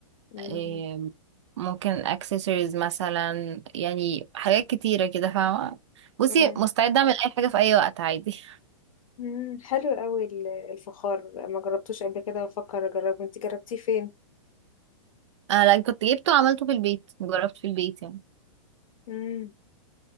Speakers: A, on the left (about 75°); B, on the right (about 55°).
A: مم،
B: آه، ممكن اكسسوارز مثلا يعني حاجات كتيرة كده فاهمة بصي
A: تمام.
B: مستعدة اعمل اي حاجة في اي وقت عادي <laughs>
A: مم، حلو قوي ال- الفخار ما جربتوش قبل كده بفكر اجربه انت جربتيه فين
B: انا لأ، كنت جبته وعملته في البيت جربت في البيت يعني
A: مم،